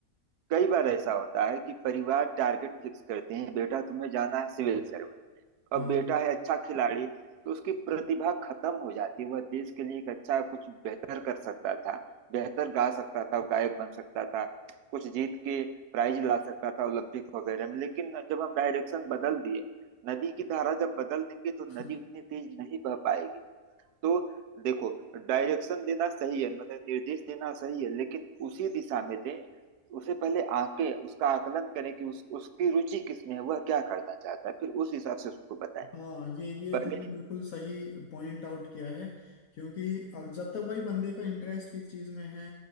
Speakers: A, on the right; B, on the left.
A: कई बार ऐसा होता है कि परिवार टारगेट फिक्स करते हैं बेटा तुम्हें जाना है सिविल सर्विस और
B: हाँ
A: बेटा है अच्छा खिलाड़ी तो उसकी प्रतिभा खत्म हो जाती है वह देश के लिए एक अच्छा कुछ बेहतर कर सकता था बेहतर गा सकता था गायक बन सकता था कुछ जीत के प्राइज ला सकता था ओलंपिक वगैरह में लेकिन जब हम डायरेक्शन बदल दिए नदी की धारा जब बदल देंगे तो
B: <laughs>
A: नदी उतनी तेज नहीं बह पाएगी तो देखो डायरेक्शन देना सही है मतलब निर्देश देना सही है लेकिन उसी दिशा में दे उसे पहले आके उसका आकलन करें कि उस, उसकी रुचि किस में है वह क्या करना चाहता है फिर उस हिसाब से उसको बताएं
B: हाँ ये ये
A: पहले
B: तुमने बिल्कुल सही पॉइंट आउट किया है क्योंकि अग- जब तक भाई बंदे का इंटरेस्ट किस चीज़ में है